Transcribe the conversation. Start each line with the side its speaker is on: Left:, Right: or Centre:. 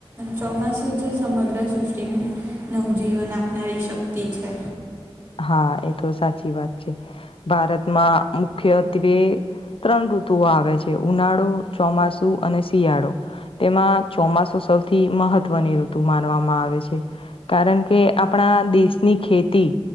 Right: ચોમાસું જ સમગ્ર સૃષ્ટિને નવજીવન આપનારી શક્તિ છે
Left: હા એ તો સાચી વાત છે ભારતમાં મુખ્યત્વે ત્રણ ઋતુઓ આવે છે ઉનાળો ચોમાસુ અને શિયાળો તેમાં ચોમાસું સૌથી મહત્વની ઋતુ માનવામાં આવે છે કારણ કે આપણા દેશની ખેતી